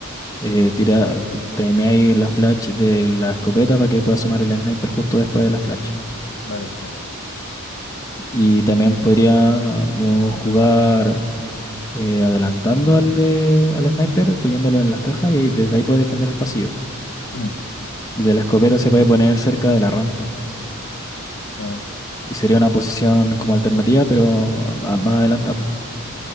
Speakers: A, on the left; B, on the left.
A: eh, tira, timeáis la flash de la escopeta para que pueda asomar el sniper justo después de la flash.
B: Vale, entiendo.
A: Y también podríamos jugar eh, adelantando al, de, al sniper, poniéndolo en las cajas y ahí- desde ahí puede defender el pasillo.
B: Mm,
A: Desde la escopeta se puede poner cerca de la rampa.
B: bueno.
A: Y sería una posición como alternativa, pero a- más adelantada.